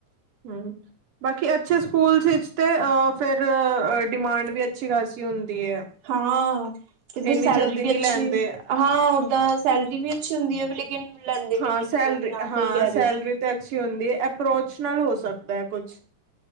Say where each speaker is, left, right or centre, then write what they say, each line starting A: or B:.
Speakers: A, on the right; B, on the right.
A: ਹਾਂ ਬਾਕੀ ਅੱਛੇ ਸਕੂਲਸ 'ਚ ਤੇ ਫਿਰ ਡਿਮਾਂਡ ਵੀ ਅੱਛੀ ਖ਼ਾਸੀ ਹੁੰਦੀ ਹੈ।
B: ਹਾਂ ਕਦੇ
A: ਇੰਨੀ
B: ਸੈਲਰੀ
A: ਜਲਦੀ ਨਹੀਂ
B: ਵੀ ਅੱਛੀ
A: ਲੈਂਦੇ
B: ਹਾਂ ਓਦਾਂ ਸੈਲਰੀ ਵੀ ਅੱਛੀ ਹੁੰਦੀ ਹੈ ਵੀ ਕਿ ਲੈਂਦੇ ਵੀ
A: ਹਾਂ
B: ਨੀ ਇੰਨੀ
A: ਸੈਲਰੀ
B: ਜਲਦੀ ਹਾਂ ਸਹੀ ਕਹਿ ਰਹੇ
A: ਸੈਲਰੀ
B: ਹੋ।
A: ਤੇ ਅੱਛੀ ਹੁੰਦੀ ਹੈ ਅਪਰੋਚ ਨਾਲ ਹੋ ਸਕਦਾ ਹੈ ਕੁਛ